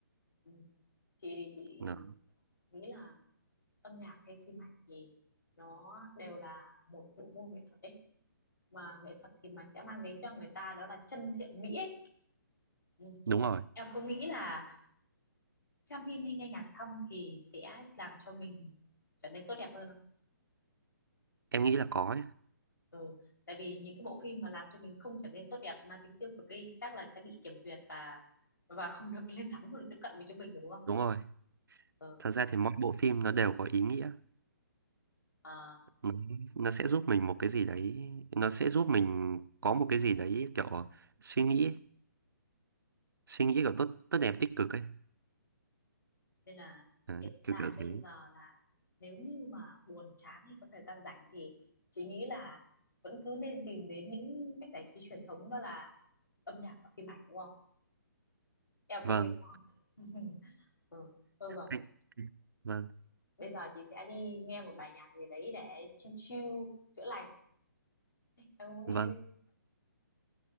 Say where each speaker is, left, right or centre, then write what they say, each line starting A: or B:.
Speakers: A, on the left; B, on the right.
A: Ừ. Chị thì chị
B: nó,
A: nghĩ là âm nhạc hay phim ảnh thì nó đều là một bộ môn nghệ thuật ấy mà nghệ thuật thì mà sẽ mang đến cho người ta đó là chân thiện mỹ ấy. Ừ.
B: đúng rồi
A: Em có nghĩ là xem phim hay nghe nhạc xong thì sẽ làm cho mình trở nên tốt đẹp hơn không?
B: em nghĩ là có ấy
A: Ừ. Tại vì những cái bộ phim mà làm cho mình không trở nên tốt đẹp mà tính tiêu cực ấy chắc là sẽ bị kiểm duyệt và và không được <laughs> lên sóng không được tiếp cận với chúng mình rồi đúng không?
B: đúng rồi
A: Ừ.
B: thật ra thì mỗi bộ phim nó đều có ý nghĩa
A: Ờ,
B: nó, nó sẽ giúp mình một cái gì đấy nó sẽ giúp mình có một cái gì đấy kiểu suy nghĩ ấy. suy nghĩ kiểu tốt tốt đẹp tích cực ấy
A: nên là
B: đấy,
A: hiện
B: kiểu
A: tại
B: kiểu
A: bây
B: thế
A: giờ là nếu như mà buồn chán hay có thời gian rảnh thì chị nghĩ là vẫn cứ nên tìm đến những cách giải trí truyền thống đó là âm nhạc và phim ảnh đúng không em
B: vâng
A: cũng thế <laughs> ừ thôi rồi
B: anh- vâng
A: bây giờ chị sẽ đi nghe một bài nhạc gì đấy để chill chill chữa lành em muốn nghe
B: vâng
A: cái gì